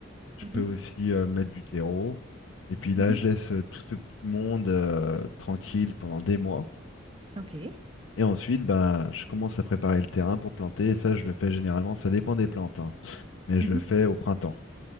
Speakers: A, on the left; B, on the right.
A: Je
B: Mhm.
A: peux aussi euh, mettre du terreau. Et puis là,
B: Mhm.
A: je laisse euh, tout ce petit monde euh, tranquille pendant des mois.
B: Ok.
A: Et ensuite, bah, je commence à préparer le terrain pour planter. Et ça, je le fais généralement, ça dépend des plantes, hein. Mais
B: Mhm.
A: je le fais au printemps,